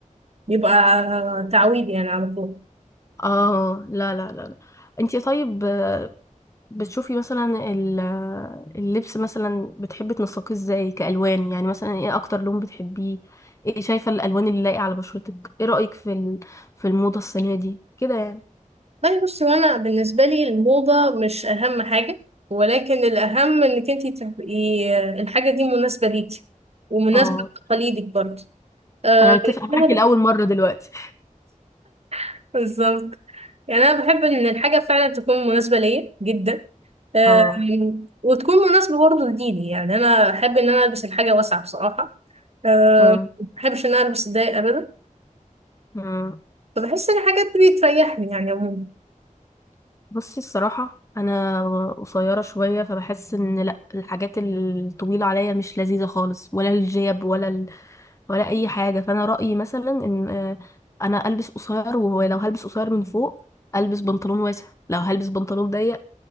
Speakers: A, on the right; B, on the left.
A: بيبقى تعويض يعني على طول
B: اه لا لا لا لا انت طيب بتشوفي مثلا ال- اللبس مثلا بتحبي تنسقيه ازاي كألوان يعني مثلا ايه اكتر لون بتحبيه ايه شايفة الألوان اللي لايقة على بشرتك ايه رأيك في ال- في الموضة السنة دي كده يعني
A: طيب بصي وانا بالنسبه لي الموضه مش اهم حاجه ولكن الاهم انك انت تبقي الحاجه دي مناسبه ليكي ومناسبه
B: اه
A: لتقاليدك برضه آه
B: انا متفقة
A: يعني
B: معاكي
A: انا بح-
B: لأول مرة دلوقتي
A: <laughs> بالظبط يعني انا بحب ان الحاجه فعلا تكون مناسبه ليا جدا آه
B: اه
A: وتكون مناسبه برضه لديني يعني انا احب ان انا البس الحاجه واسعه بصراحه آه
B: مم.
A: ما بحبش ان انا البس ضيق ابدا
B: مم.
A: فبحس ان الحاجات دي بتريحني يعني عموما
B: بصي الصراحة أنا قصيرة شوية فبحس إن لأ الحاجات الطويلة عليا مش لذيذة خالص ولا الجيب ولا ولا اي حاجه فانا رايي مثلا ان آه، انا البس قصير ولو هلبس قصير من فوق البس بنطلون واسع لو هلبس بنطلون ضيق